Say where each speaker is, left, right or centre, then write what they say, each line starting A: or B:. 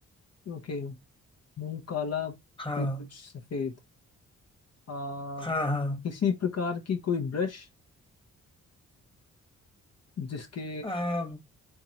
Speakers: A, on the left; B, on the left.
A: ओके मुंह काला पूंछ
B: हाँ
A: सफेद आ
B: हाँ हाँ
A: किसी प्रकार की कोई ब्रश जिसके
B: आ,